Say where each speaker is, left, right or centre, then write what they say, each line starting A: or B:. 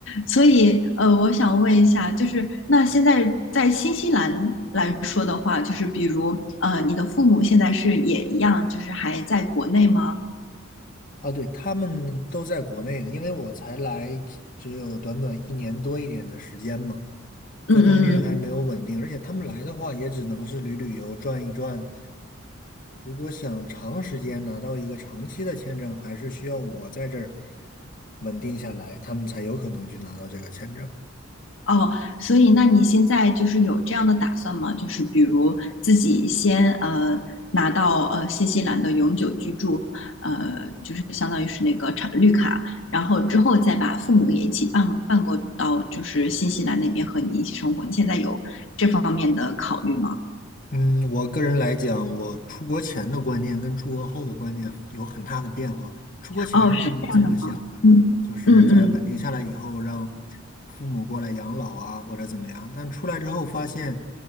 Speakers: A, on the left (about 70°); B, on the left (about 40°).
A: 所以呃，我想问一下，就是那现在在新西兰来说的话，就是比如呃，你的父母现在是也一样，就是还在国内吗？
B: 啊，对，他们都在国内呢，因为我才来只只有短短一年多一点的时间嘛，
A: 嗯
B: 各方面还没有稳定，而且他们来的话也只能是旅旅游、转一转。如果想长时间拿到一个长期的签证，还是需要我在这儿稳定下来，他们才有可能去拿到这个签证。
A: 哦，所以那你现在就是有这样的打算吗？就是比如自己先呃拿到呃新西兰的永久居住，呃，就是相当于是那个长绿卡，然后之后再把父母也一起办办过到就是新西兰那边和你一起生活。你现在有这方面的考虑吗？
B: 嗯，我个人来讲，我出国前的观念跟出国后的观念有很大的变化。出国前是这么这么想的，
A: 哦，是这样的吗？嗯嗯嗯
B: 就是在稳定下来以后，让父母过来养老啊，或者怎么样。但出来之后发现，